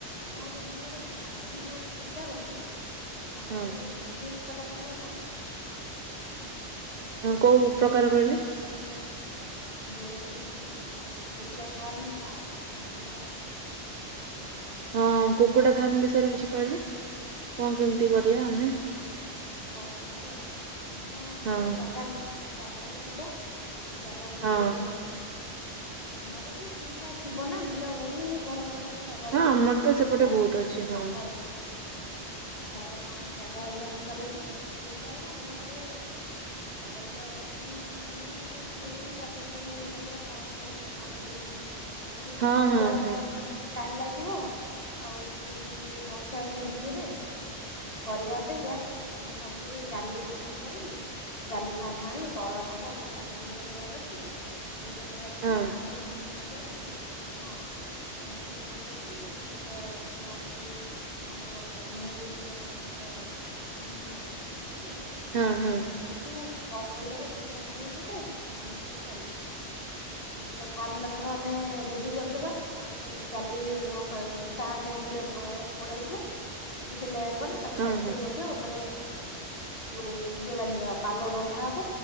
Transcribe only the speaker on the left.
ଆମେ ଗୋଟେ ମୁଁ ଗୋଟେ ଭାବିଛି ଗୋଟେ ଚିନ୍ତା କରିଚି ଆମେ
ଗୋଟେ ବିଜ କଲେ ଭଲ ହୁଅନ୍ତାନି?
ଯଉଟା କିି ଯୋଉ କୁକୁଡ଼ା ଫାର୍ମ ଆଉ ମାଛ ଚାଷ।
ହଁ
କଣ କେମତି କରିବାଆ ଆମେ
ଗୋଟେ ଜାଗା, ଜାଗା ତ ଥିବ। ନହେଲେ ଜାଗା କଉଠି
ଦେଖିକି ଯା ଆମର ବି ଫାଙ୍କା ଥିବ ନା ବିଲ ଗଡି ଘର ପାଖରେ ପାଖରେ ଜାଗା
ବି
ବହୁତ
ବାଡ଼ି
ବି
ଫା
ହଁ ବଜାଗା ଫା ଜାଗା ହରିକା ଫାଙ୍କା ରହୁଚି। ସେଇ ହିସାବରେ ଆମେ ଗୋଟେ ଅର୍ଡର ଦ ମାନେ ଯ ଲୁହରେ ସବୁ ତିଆରି ହଉନି ଜାଲି ଦେଇକି କୁକୁଡା ଫାର୍ମ ଅ ବନେଇ ଦଉଚନ୍ତି। ଆଉ ଏମିତି
ଘର
ଦ୍ୱାର
ବନେଇଲା ବ ଟାଇମ ଲାଗିବ ଆଉ ସିଏ ବି ବର୍ଷା ସିଜନରେ କରିବା ଅପେକ୍ଷା ମୁଁ ଭାବୁଚି ସେ ଜାଲି ସିଷ୍ଟମ କରିକି ଜାଲି ଫାର୍ମ ଆଣି ତଳ ଥାକ ଉପର ଥାକ ଦିଟା ଲେୟାର ରଖିବା। ଦିଟା ଲେୟାର ରଖିନି
ଆମର ଚିହ୍ନା ପ ଅ ହଁ ଆମର ଚିହ୍ନା ପରିଚୟ ଅଛି। କୁକୁଡା ଛୁଆ ଆଣିକି ଆମର ଅନୁଗୁଳରେ ଆମର ଚିହ୍ନା ଅଛନ୍ତି ଠିକ ଅଛି।
ସେଠୁ କମ ପଇସାରେ କୁକୁଡ଼ା ନେଇ ଆସନ୍ତେ ଏଠି ଫାର୍ମ ରେ ଛାଡି ଦିଅନ୍ତ। କୁକୁଡ଼ା ଫାର୍ମ ଟା ଧର ଆମେ ରେଡି କରିଦବା ଫାଷ୍ଟ ଜାଲି ର ଷ୍ଟାଣ୍ଡ ପୁରା ପଳ ପଳେଇ ଆସିବ ଦିଟା ଲେୟର ବାଲା ତାକୁ
ସାଇଜ
ରଖିବା ଆଉ। ତାପରେ ଯୋଉ ଇଏ ବାନ୍ଧିଦବା ପାଲ ବନ୍ଧା ହବ